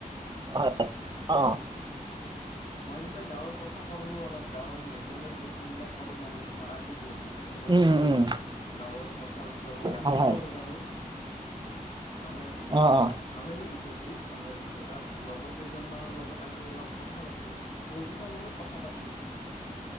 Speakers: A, on the right; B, on the left.
A: হয়, অ।
B: মই যাতে গাঁৱৰ কথা কলোঁ, অলপ গাঁৱৰ নেচাৰেল বস্তুবিলাক ক'লো মানে তোমাৰ আজি বহুত দিন মূৰত
A: উম
B: গ'লো,
A: উম উম
B: গাঁৱৰ পথাৰত গলোঁ, ৰাতি
A: হয় হয়
B: গ'লো বাৰু। মানে
A: অ অ
B: ভালে লাগি বহুত ভাল লাগিছে, তাত লগৰ কেইজনমানৰ লগত আজি অলপ কথা পাত বহুতদিনৰ মূৰত কথা পাতিলোঁ।